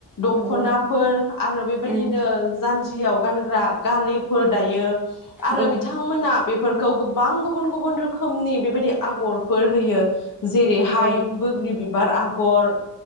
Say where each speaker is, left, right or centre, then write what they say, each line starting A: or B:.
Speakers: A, on the left; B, in the centre.
A: दखनाफोर
B: नंगौ
A: आरो बेबायदिनो
B: उम
A: जान्जियाव गानग्रा गालिब फोर दायो आरो
B: औ
A: बिथांमोना बे फोरखौ गोबां गुबुन गुबुन रोख खोमनि बेबायदि आगरफोर होयो जेरैहाय
B: औ
A: बोग्रि बि बार आगर